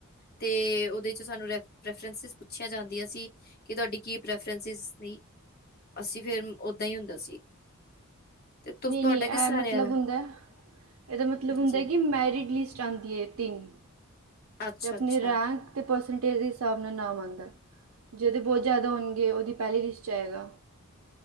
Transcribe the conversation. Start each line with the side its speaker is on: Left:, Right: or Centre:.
Left: ਤੇ ਉਹਦੇ ਚ ਸਾਨੂੰ ਰੈਫ ਰੈਫਰਸਿਸ ਪੁੱਛੀਆਂ ਜਾਂਦੀਆਂ ਸੀ। ਕਿ ਤੁਹਾਡੀ ਕੀ ਪ੍ਰੈਫਰਸ ਸੀ ਅਸੀਂ ਫਿਰ ਓਦਾਂ ਹੀ ਹੁੰਦਾ ਸੀ। ਤੇ ਤੁ
Right: ਨੀ
Left: ਤੁਹਾਡਾ
Right: ਨੀ ਇਹ
Left: ਕਿਸ ਤਰ੍ਹਾਂ
Right: ਮਤਲਬ
Left: ਰਿਹਾ ਐ?
Right: ਹੁੰਦਾ ਇਹਦਾ ਮਤਲਬ
Left: ਹਾਂਜੀ,
Right: ਹੁੰਦਾ ਕਿ ਮੈਰਿਡ ਲਿਸਟ ਚਾਂਦੀਏ ਤਿੰਨ।
Left: ਅੱਛਾ-ਅੱਛਾ,
Right: ਤੇ ਆਪਣੇ ਰੈਂਕ ਅਤੇ ਪਰਸੈਂਟੇਜ ਦੇ ਹਿਸਾਬ ਨਾਲ ਨਾਮ ਆਦਾ। ਜ਼ੇਦੇ ਬਹੁਤ ਜ਼ਿਆਦਾ ਹੋਣਗੇ ਉਹਦੀ ਪਹਿਲੀ ਲਿਸਟ 'ਚ ਆਏਗਾ।